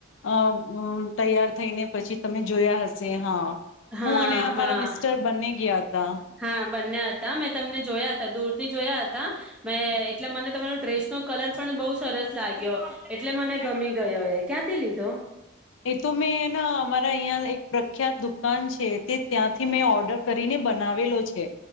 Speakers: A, on the left; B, in the centre.
A: અ તૈયાર થઈને. પછી તમે જોયા હશે હા.
B: હા
A: હું અને અમારા
B: હા
A: મિસ્ટર બને ગયા હતા.
B: હા બંને હતા મેં તમને જોયા હતા દૂર થી જોયા હતા મેં, એટલે મને તમારો ડ્રેસ નો કલર પણ બઉ સરસ લાગ્યો એટલે મને ગમી ગયો એ, ક્યાંથી લીધો?
A: એ તો મેં એના અમારા અહીયા એક પ્રખ્યાત દુકાન છે તે ત્યાંથી મેં ઓર્ડર કરીને બનાવેલો છે.